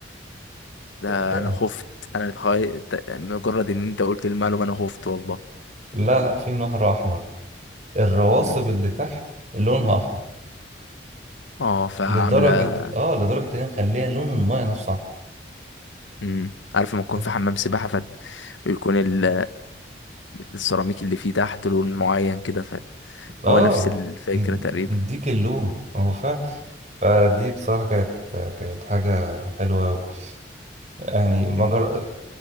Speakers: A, on the left; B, on the right.
A: ده
B: ت- ت-
A: انا خفت انا اتخيل مجرد ان انت قلت المعلومه انا خفت والله
B: لا لا في نهر احمر الرواسب
A: مم.
B: اللي تحت لونها احمر
A: اه فعامله
B: لدرجه اه لدرجه ان هي مخليها لون المايه نفسه احمر
A: مم. عارف لما تكون
B: ماشي
A: في حمام سباحه فت... ويكون ال... السيراميك اللي فيه تحت لون معين كده ف...
B: اه
A: هو نفس الفكره
B: يد-
A: تقريبا
B: يديك اللون هو فعلا فدي بصراحه كانت كانت حاجه حلوه أوي. يعني مجر...
A: مم.